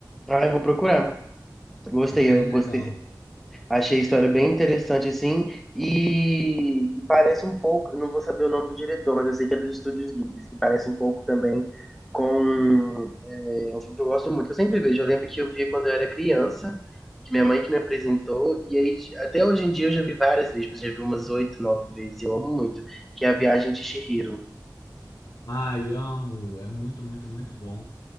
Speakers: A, in the centre; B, on the left.
A: Ah, eu vou procurar. Gostei,
B: Bem
A: eu
B: legal.
A: gostei. Achei a história bem interessante, assim, e parece um pouco, eu não vou saber o nome do diretor, mas eu sei que é dos Estúdios Ghibli, que parece um pouco também com é, um filme que eu gosto muito. que Eu sempre vejo, eu lembro que eu via quando eu era criança, que minha mãe que me apresentou, e aí, até hoje em dia eu já vi várias vezes, eu já vi umas oito, nove vezes, eu amo muito, que é A Viagem de Chihiro.
B: Ai, amo. É muito, muito, muito bom.